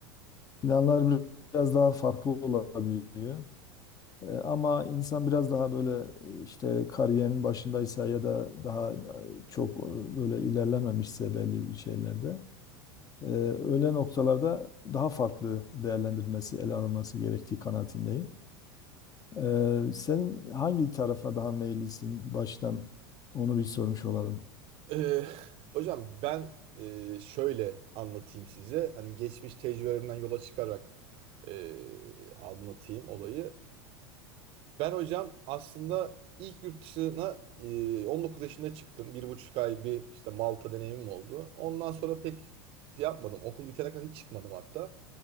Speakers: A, on the left (about 30°); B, on the right (about 45°).
A: planlar biraz daha farklı olabiliyor. E, Ama insan biraz daha böyle e, işte kariyerin başındaysa ya da daha e, çok e, böyle ilerlememişse belli bir şeylerde e, öyle noktalarda daha farklı değerlendirilmesi, ele alınması gerektiği kanaatindeyim. E, Sen hangi tarafa daha meyillisin baştan onu bir sormuş olalım.
B: Ee, hocam ben e, şöyle anlatayım size. Hani geçmiş tecrübelerimden yola çıkarak e, anlatayım olayı. Ben hocam aslında ilk yurt dışına e, 19 yaşında çıktım. Bir buçuk ay bir işte Malta deneyimim oldu. Ondan sonra pek yapmadım. Okul bitene kadar hiç çıkmadım hatta.